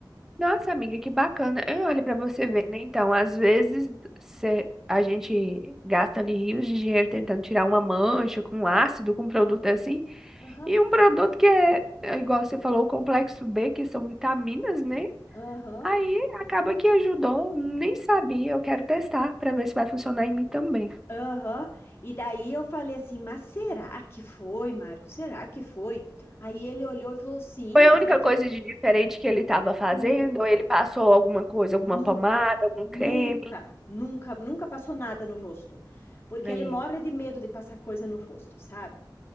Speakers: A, in the centre; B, on the left (about 30°).
A: Nossa, amiga, que bacana. Eu olho para você ver, né? Então, às vezes cê- a gente gasta ali rios de dinheiro tentando tirar uma mancha com um ácido, com um produto assim,
B: Aham,
A: e um produto que é, é igual você falou, o complexo B, que são vitaminas, né?
B: aham,
A: Aí acaba que ajudou, nem sabia. Eu quero testar para ver se vai funcionar em mim também.
B: aham. E daí eu falei assim, mas será que foi, Marco? Será que foi? Aí ele olhou e falou, sim,
A: Foi a
B: olha
A: única
B: aqui,
A: coisa
B: ó,
A: de diferente que ele estava fazendo,
B: única,
A: ou ele passou alguma coisa,
B: nu-
A: alguma pomada, algum
B: Nunca,
A: creme.
B: nunca, nunca passou nada no rosto. Porque
A: Aí,
B: ele morre de medo de passar coisa no rosto, sabe?